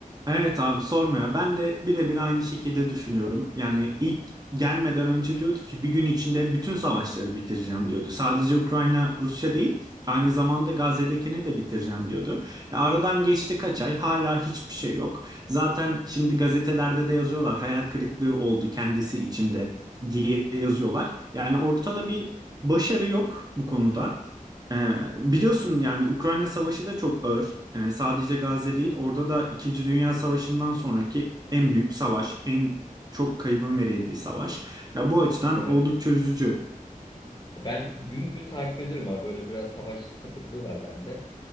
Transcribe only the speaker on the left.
Evet
yani.
Ben gün gün takip ediyorum abi. Böyle biraz savaş sapıklığı var bende.